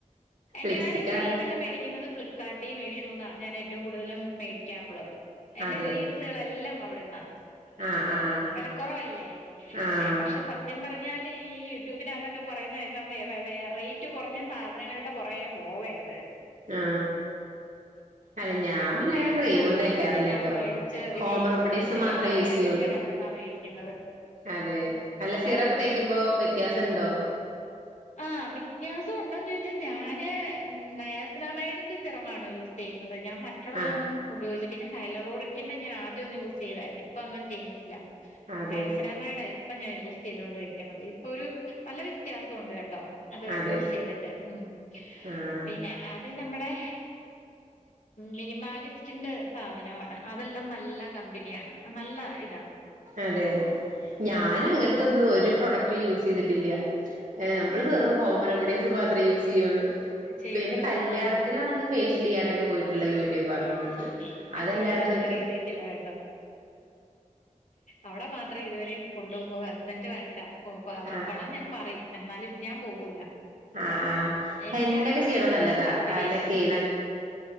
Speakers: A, on the right (about 75°); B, on the left (about 70°).
A: ലിപ്സ്റ്റിക്കാണ്
B: ഞാന് ക്രീമല്ലാം മേടിക്കുന്നത് ഫ്ലിക്കാർട്ടി മീഷോന്നാ ഞാനേറ്റവും കൂടുതലും മേടിക്കാറുള്ളത്. എന്റെ
A: അതെ
B: ക്രീംസുകളെല്ലാം അവിടന്നാ
A: ആഹ് ആഹ്
B: വെലക്കുറവല്ലേ
A: ആഹ്
B: ഏഹ് പക്ഷെ സത്യം പറ ഞ്ഞാല് ഈ യുട്യൂബിനകത്ത് ഒക്കെ പറയുന്നത് കേക്കാം വേ വേ റേറ്റ് കൊറഞ്ഞ സാധനങ്ങളുടെ ഇതേ
A: ആ അല്ല ഞാൻ പിന്നെ
B: ഞാനെന്നാലും
A: അങ്ങനെ ക്രീം ഒന്നും തേക്കാറില്ലട്ടോ.
B: അത് തന്നെ ഞാൻ മേടിച്ച്
A: ഹോം
B: ഇത് ചെയ്യുന്നത്
A: റെമഡീസ്
B: സിറമായാലും
A: മാത്രേ യൂസ് ചെയ്യുള്ളൂ.
B: ഞാൻ അവിടുന്നാ മേടിക്കുന്നത്
A: അതേ അല്ല സിറം
B: ആഹ്
A: ഒക്കെ തേക്കുമ്പോ വ്യത്യാസിണ്ടോ?
B: ആ വ്യത്യാസമുണ്ടോന്ന് ചോദിച്ചാൽ ഞാന് നയാസ്രാമൈടിന്റെ സിറം ആണ് യൂസ് ചെയ്യുന്നത്. ഞാൻ മറ്റുള്ളതൊന്നും
A: ആഹ്
B: ഉപയോഗിച്ചി ന ഹലോ റോയിക്കിന്റെ ആദ്യമൊന്ന് യൂസ് ചെയ്തായിരുന്നു ഇപ്പോ അങ്ങനെ ചെയ്യുന്നില്ല
A: അതെ
B: ആസ് നാമൈഡ് പിന്നെ ഞാൻ യൂസ് ചെയ്തു കൊണ്ടിരിക്കുന്നത്. ഇപ്പോ ഒരു നല്ല വ്യത്യാസമുണ്ട് കെട്ടോ അത്
A: അതെ
B: യൂസ് ചെയ്തിട്ട് ഉം
A: ആഹ്
B: പിന്നെ അതേ നമ്മടെ മിനിമാലി സ്റ്റിന്റെ സാധനമാണ് അതെല്ലാം നല്ല കമ്പനിയാണ്. നല്ല ഇടാം
A: അതേ ഞാൻ അങ്ങനത്തെയൊന്നും ഒരു പ്രോഡക്റ്റും യൂസ് ചെയ്തിട്ടില്ല ആ
B: ആഹ്
A: നമ്മൾ വെറും ഹോം റെമഡീസ് ഇതുമാത്രേ യൂസ് ചെയ്യുള്ളൂ.
B: ചെയ്യുള്ളൂ
A: പിന്നെ കല്യാണത്തിനാണ്
B: ആഹ്
A: ഒന്ന് ഫേഷ്യൽ ചെയ്യാ പോയിട്ടുള്ള വീഡിയോ വർ
B: ആഹ് ഞാൻ
A: അതല്ലാതെ
B: ബ്യൂട്ടി പാർലർ
A: മറ്റെ
B: കേറിയിട്ടില്ല കേട്ടോ. അവിടെ മാത്രയേ ഇതുവരെയും കൊണ്ട് പോകാൻ ഹസ്ബന്റ് വഴക്കാ. പൊയ്ക്കോളാ
A: ആഹ്
B: ഞാൻ പറയും എന്നാലും ഞാൻ പോവൂല
A: ആഹ് ആഹ്
B: എനിക്ക്
A: ഹെന്നൊക്കെ
B: ആ ഒരു
A: ചെയ്യണ
B: ഇതിനോട്
A: നല്ലതാ
B: താൽപര്യമില്ല
A: തലക്കെ